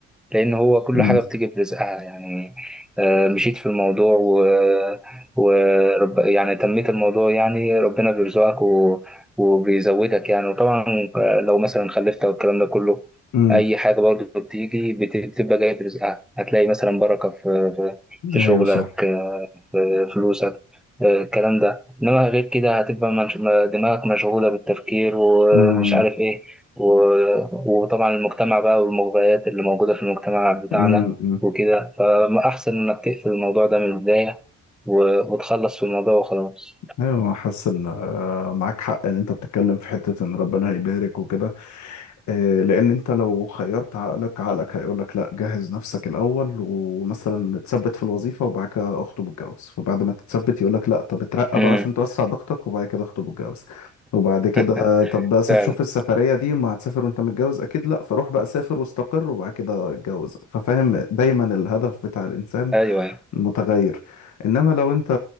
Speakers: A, in the centre; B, on the left.
A: لأن هو كل
B: امم
A: حاجة بتيجي برزقها يعني آه، مشيت في الموضوع و... ورب يعني تميت الموضوع يعني ربنا بيرزقك و... وبيزودك يعني وطبعا آه، لو مثلا خلفت أو الكلام ده كله
B: امم
A: أي حاجة برضه بتيجي بت- بتبقى جاية برزقها هتلاقي مثلا بركة في في في
B: ايوه
A: شغلك
B: صح
A: آه، في فلوسك آه، الكلام ده إنما غير كده هتبقى منش... دماغك مشغولة بالتفكير ومش
B: امم
A: عارف إيه و- وطبعا المجتمع بقى والمغريات اللي موجودة في المجتمع بتاعنا
B: امم
A: وكده فأحسن إنك تقفل الموضوع ده من البداية و- وتخلص في الموضوع وخلاص
B: ايوه حاسس ان آه، معاك حق ان انت بتتكلم في حتة ان ربنا هيبارك وكده آه، لان انت لو خيرت عقلك عقلك هيقول لك لا جهز نفسك الاول ومثلا تثبت في الوظيفه وبعد كده اخطب واتجوز فبعد ما تتثبت يقول لك لا طب اترقى
A: امم
B: بقى عشان توسع ضغطك وبعد كده اخطب واتجوز وبعد كده
A: <laughs>
B: طب بقى سف-
A: فعلا
B: شوف السفريه دي ما هتسافر وانت متجوز اكيد لا فروح بقى سافر واستقر وبعد كده اتجوز ففاهم دايما الهدف بتاع الانسان
A: أيوه أيوه
B: متغير انما لو انت